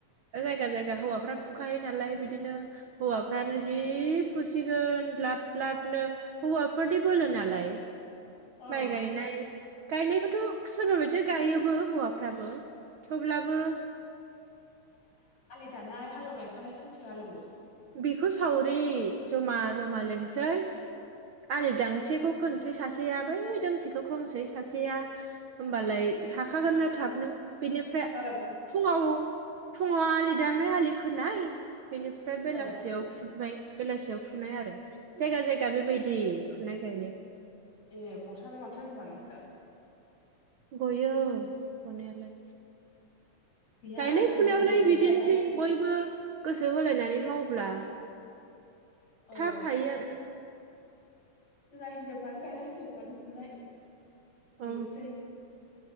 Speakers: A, on the right; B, on the left.
A: जायगा जायगा हौवाफ्रा फुखायो नालाय बिदिनो हौवाफ्रानो जि फुसिगोन लाब लाबनो हौवा फोरनि बोलो नालाय
B: औ
A: माय गायनाय गायनाय थ सोरबा बदि गायोबो हौवाफ्राबो थेवब्लाबो
B: दानाय हालौनायफ्रालाय सोरथो हालेवो?
A: बेखौ सावरि जमा जमा लिंसै आरो दांसेखौ खोनसै सासेया बै दोंसेखौ खोंसै सासेया होमबालाय हाखागोनना थाबनो बेनिफ्राय
B: बारा बुर
A: फुङाव फुङाव आलि दानाय आलि खोनाय बेनि ओमफ्राय बेलासियाव
B: औ
A: फुबाय बेलासियाव फु फुनाय आरो जायगा जायगा बेबायदि फुनाय गायनाय
B: ए गथारानो माथो होनबा नोसा।
A: गययो गनायालाय
B: गैया
A: गायनाय
B: जोंना
A: फुनायावलाय
B: हिनजावफ्रानो
A: बिदिनोसै
B: गायनाय
A: बयबो गोस गोसो होलायनानै मावब्ला
B: औ
A: थाब हायो आरो
B: जोंना हिन्जावफ्रानो गायनाय हिन्जावफ्रानो फुनाय बेनोसै
A: औ